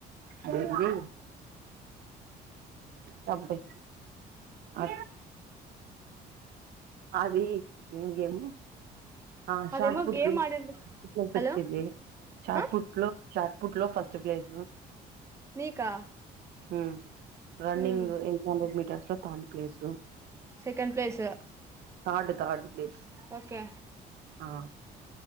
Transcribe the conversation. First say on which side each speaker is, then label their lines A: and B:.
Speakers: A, on the right; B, on the right.
A: అదేంది సబ్బై అ ఆది ఏం గేము ఆ
B: అదేమో
A: షార్ట్ పుట్లు
B: గేమ్ ఆడింది హలో
A: వచ్చదిది షార్ట్
B: ఆ
A: పుట్లు షార్ట్పుుట్ లో ఫస్ట్ ప్లేస్ లో
B: నీకా
A: మ్ running
B: ఉమ్
A: eight hundred meter so third place
B: second place
A: third third place
B: okay
A: ఆ